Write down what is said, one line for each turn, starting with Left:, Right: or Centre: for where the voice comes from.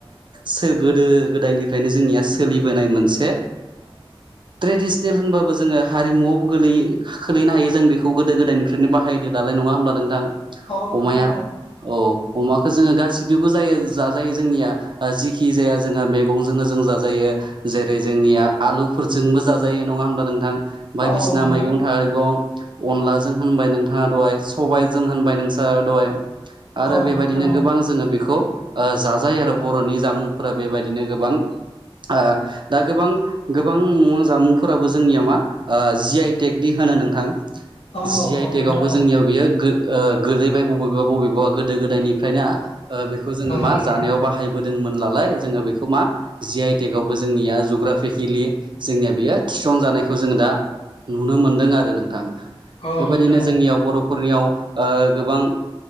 Right: सोर गोदो गोदायनिफ्रायनो जोंनिया सोलिबोनाय मोनसे ट्रेडिसनेल होनबाबो जोंङो हारिमुआवबो गोलै खोलैनो हायो जों बेखौ गोदो गोदायनिफ्रायनो बाहायदो दालाय नंङा होमब्ला नोंथां।
Left: औ
Right: अमाया
Left: नोंथां औ
Right: औ अमाखौ जोङो गा थिदोबो जायो जाजायो जोंनिया जिखि जाया जोंहा मैगंजोंनो जों जाजायो जेरै ज जोंनिया आलुफोरजोंबो जाजायो नंङा होमब्ला नोंथां बायदिसिना
Left: औ नों
Right: मैगं थाइगं अनलाजों होनबाय नोंथाङा दहाय सबायजों होनबाय नोंस्रा दहाय आरो
Left: औ
Right: बेबायदिनो
Left: नोंथां
Right: गोबां
Left: औ
Right: जोंङो बेखौ ओ जाजायो आरो बर'नि जामुंफोरा बेबायदिनो गोबां आ दा गोबां गोबां म जामुंफोराबो जोंनिया मा ओ जि आइ टेकदि होनो नोंथां
Left: औ
Right: जि
Left: औ
Right: आइ टेकावबो
Left: नोंथां औ
Right: जोंनियाव बियो गोलैबाय बबेबा बबेबा गोदो गोदायनिफ्रायना ओ बेखौ जोंङो
Left: औ
Right: मा
Left: नोंथां
Right: जानायाव बाहायबोदोंमोन नालाय जोंङो बेखौ मा जि आइ टेक आवबो जों जोंनिया जुग्राफिकेलि जोंनिया बियो थिसन जानायखौ जोङो दा नुनो मोनदों आरो नोंथां
Left: औ
Right: बेबायदिनो
Left: नोंथां औ
Right: जोंनियाव बर'फोरनियाव ओ गोबां